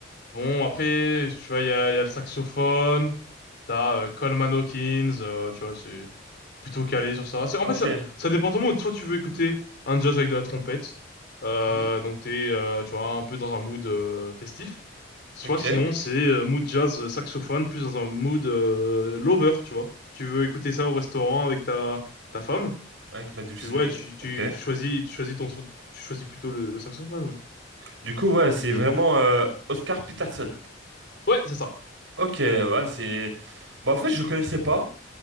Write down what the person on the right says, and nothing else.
Ok.
Hmm,
Ok.
Avec ma dulcinée.
Ok.
Du coup, ouais, c'est vraiment euh, Oscar Peterson.
Ok, ouais, c'est... Bah, en fait, je connaissais pas.